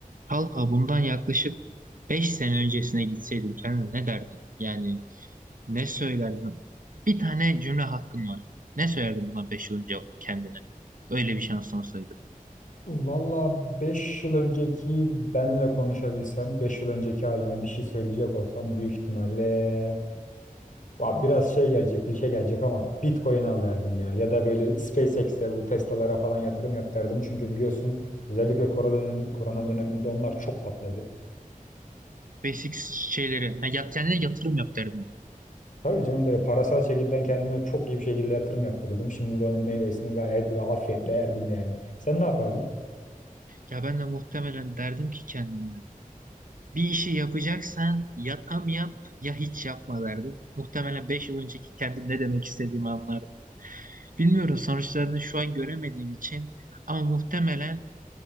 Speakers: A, on the right; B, on the left.
A: Talha bundan yaklaşık 5 sene öncesine gitseydin kendine ne derdin? Yani ne söylerdin? Bir tane cümle hakkın var. Ne söylerdin buna 5 yıl önce kendine? Öyle bir şansın olsaydı.
B: Valla 5 yıl önceki benle konuşabilsem, 5 yıl önceki halime bir şey söyleyecek olsam büyük ihtimalle va biraz şey gelecek, klişe gelecek ama Bitcoin al derdim ya. Ya da böyle SpaceX'e, bu Tesla'lara falan yatırım yap derdim. Çünkü biliyorsun özellikle korona, dönem, korona döneminde onlar çok patladı.
A: Basic şeyleri. ha, ya- kendine yatırım yap derdin.
B: Tabii canım böyle parasal şekilden kendime çok iyi bir şekilde yatırım yaptırdım. Şimdi de onun meyvesini gayet böyle afiyetle yerdim yani. Sen ne yapardın?
A: Ya ben de muhtemelen derdim ki kendime. Bir işi yapacaksan ya tam yap ya hiç yapma derdim. Muhtemelen 5 yıl önceki kendim ne demek istediğimi anlardım. Bilmiyorum sonuçlarını şu an göremediğim için ama muhtemelen